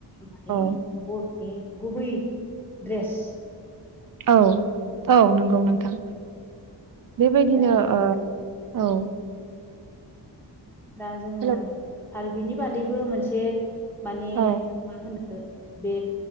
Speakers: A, in the centre; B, on the right.
A: माने
B: औ
A: बर'नि गुबै द्रेस
B: औ औ नंगौ नोंथां बेबायदिनो
A: दा
B: ओ औ
A: दा जोङो
B: हेलौ
A: आरो बिनि बादैबो मोनसे माने
B: औ
A: मा होनो ओ बे